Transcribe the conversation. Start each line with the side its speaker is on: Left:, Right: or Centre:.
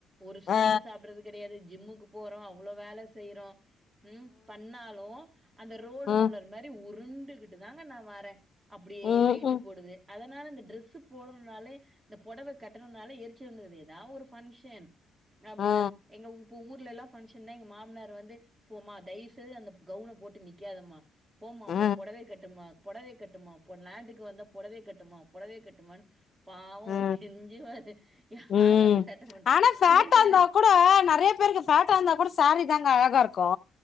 Right: ஒரு ஸ்வீட்டு
Left: ஆ
Right: சாப்புறது கெடையாது ஜிம்முக்கு போறோ அவ்ளோ வேல செய்றோ ம் பண்ணாலு அந்த ரோட்
Left: ம்
Right: ரோலர் மாரி உருண்டுக்கிட்டு தாங்க நா வர அப்டியே
Left: ம்
Right: வெயிட்டு
Left: ம்
Right: போடுது அதனால அந்த ட்ரெஸ்ஸு போடணுன்னாலே இந்த பொடவ கட்டணுன்னாலே எரிச்சல் வந்துக்குது ஏதா ஒரு ஃபங்க்ஷன் அப்டின்ன
Left: ஆ
Right: எங்க இப்பு ஊர்லல்லா ஃபங்க்ஷன்னா எங்க மாமனாரு வந்து போமா தய்வு செய்து அந்த கவுன போட்டு நிக்காதம்மா போம்மா
Left: ஆ
Right: போய் பொடவைய கட்டும்மா பொடவைய கட்டும்மா போ லேண்டுக்கு வந்தா பொடவைய கட்டும்மா பொடவைய கட்டும்மானு பாவோ
Left: ஆ
Right: அவர் கெஞ்சுவாரு யாரு
Left: ம்
Right: அது சேட்ட பண்றா
Left: ஆனா ஃபேட்டா
Right: அமைதியா
Left: இருந்தா
Right: இரு
Left: கூட நெறையா பேருக்கு ஃபேட்டா இருந்தா கூட சாரி தாங்க அழகா இருக்கு